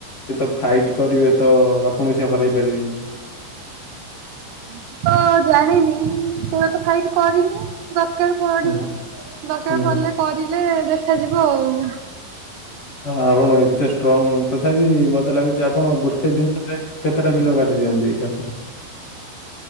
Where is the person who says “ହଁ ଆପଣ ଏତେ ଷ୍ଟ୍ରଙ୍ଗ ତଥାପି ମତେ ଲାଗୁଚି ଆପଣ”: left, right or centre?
Left